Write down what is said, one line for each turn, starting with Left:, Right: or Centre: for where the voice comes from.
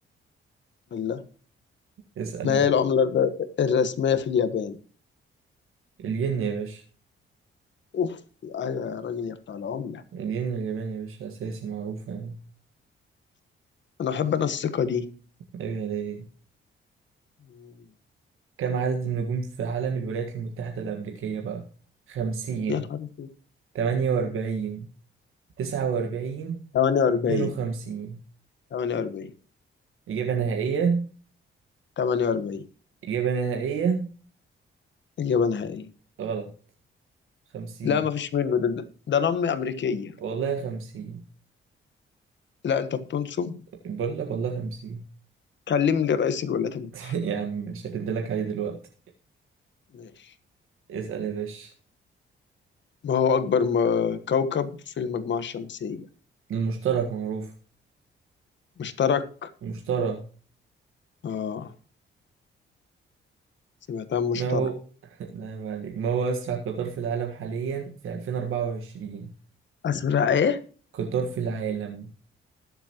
Left: الله
Right: اسال
Left: ما
Right: يا
Left: هي
Right: عم
Left: العملة الر- الرسمية في اليابان؟
Right: الين يا باشا
Left: أوف أيوة يا راجل يا بتاع العملة
Right: الين الياباني يا باشا اساسي معروفة يعني
Left: أنا أحب أنا الثقة دي
Right: ايوه ليه
Left: مم.
Right: كم عدد النجوم في علم الولايات المتحدة الأمريكية بقى؟ خمسين
Left: يا نهار اسود
Right: تمانية وأربعين تسعة وأربعين
Left: 48
Right: اتنين وخمسين
Left: 48
Right: إجابة نهائية
Left: 48
Right: إجابة نهائية
Left: إجابة نهائية
Right: غلط خمسين
Left: لا ما فيش منه ده ده ده نم أمريكية
Right: والله خمسين
Left: لا أنت بتنصب
Right: بقول لك والله خمسين
Left: كلم لي رئيس الولايات المتحدة
Right: <laughs> يا عم مش هردلك عليه دلوقتي
Left: ماشي
Right: اسأل يا باشا
Left: ما هو أكبر م- كوكب في المجموعة الشمسية
Right: المشترك معروف
Left: مشترك
Right: المشترك
Left: آه سمعتها مشترك
Right: ما هو <laughs> نعم عليك ما هو أسرع قطار في العالم حاليا في 2024
Left: أزرق إيه؟
Right: قطار في العالم